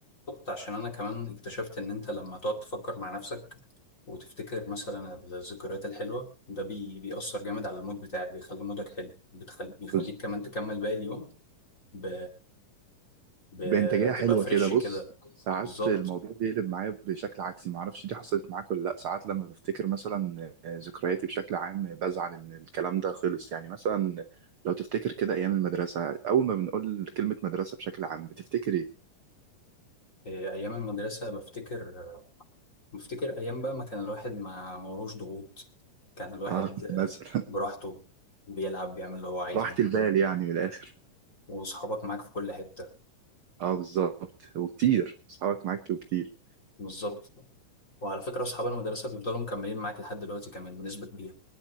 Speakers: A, on the left; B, on the right.
A: عشان انا كمان اكتشفت ان انت لما تقعد تفكر مع نفسك وتفتكر مثلا الذكريات الحلوه ده بي بيأثر جامد على المود بتاعك بيخلي مودك حلو بتخل... بيخليك
B: بز-
A: كمان تكمل باقي اليوم ب... بتبقى
B: بإنتاجية حلوة
A: فريش
B: كده بص
A: كده
B: ساعات
A: بالظبط
B: الموضوع بيقلب معايا بشكل عكسي معرفش دي حصلت معاك ولا لأ ساعات لما بفتكر مثلا ذكرياتي بشكل عام بزعل إن الكلام ده خلص يعني مثلا لو تفتكر كده أيام المدرسة أول ما بنقول كلمة مدرسة بشكل عام بتفتكر إيه؟
A: إيه، ايام المدرسه بفتكر بفتكر أيام بقى ما كان الواحد ما موروش ضغوط كان الواحد
B: اه
A: آه،
B: <laughs> مثلا
A: براحته بيلعب بيعمل اللي هو عايزه
B: راحة البال يعني من الآخر
A: وأصحابك معاك في كل حتة
B: اه بالظبط وكتير اصحابك معاك وكتير
A: بالظبط وعلى فكرة أصحاب المدرسة بيفضلوا مكملين معاك لحد دلوقتي كمان بنسبة كبيرة